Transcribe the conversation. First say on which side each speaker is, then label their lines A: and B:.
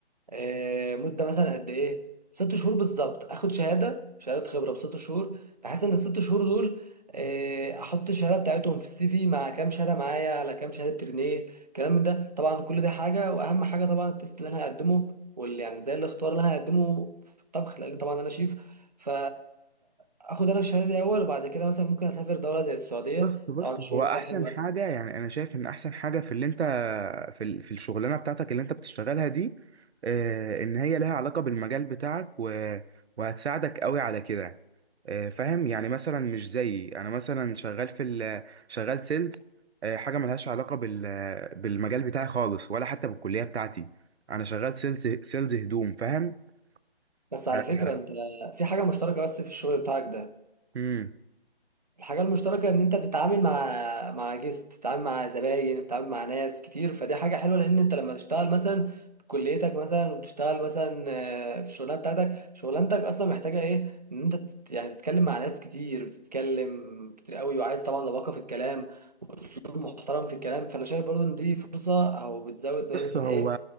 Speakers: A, on the right; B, on the right.
A: آه، مدة مثلا قد ايه ست شهور بالظبط اخد شهادة شهادة خبرة بست شهور بحيث ان الست شهور دول آه، احط الشهادة بتاعتهم في السي في مع كام شهادة معايا على كام شهادة ترينيه الكلام من ده طبعا كل ده حاجة واهم حاجة طبعا التيست اللي انا هقدمه واللي يعني زي الاختبار اللي انا هقدمه في الطبخ لان طبعا انا شيف ف اخد انا الشهاده دي اول وبعد كده مثلا ممكن اسافر دوله زي السعوديه
B: بس بس
A: طبعا الشغل
B: هو احسن
A: فيها حلو أوي.
B: حاجة يعني انا شايف ان احسن حاجة في اللي انت في ال- في الشغلانه بتاعتك اللي انت بتشتغلها دي آه، ان هي لها علاقه بالمجال بتاعك و- وهتساعدك قوي على كده آه، فاهم يعني مثلا مش زيي انا مثلا شغال في ال- شغال سيلز آه، حاجه ملهاش علاقه بال- بالمجال بتاعي خالص ولا حتى بالكليه بتاعتي انا شغال سيلز سيلز هدوم فاهم
A: بس
B: ف-
A: على فكره انت في حاجه مشتركه بس في الشغل بتاعك ده
B: مم.
A: الحاجة المشتركة إن أنت بتتعامل مع مع جيست بتتعامل مع زباين بتتعامل مع ناس كتير فدي حاجة حلوة لأن أنت لما تشتغل مثلا في كليتك مثلا وتشتغل مثلا آه، في الشغلانة بتاعتك شغلانتك أصلا محتاجة إيه إن أنت تت- يعني تتكلم مع ناس كتير بتتكلم كتير قوي وعايز طبعا لباقة في الكلام وأسلوب محترم في الكلام فأنا شايف برضو إن دي فرصة أو بتزود مثلا
B: بص هو
A: إيه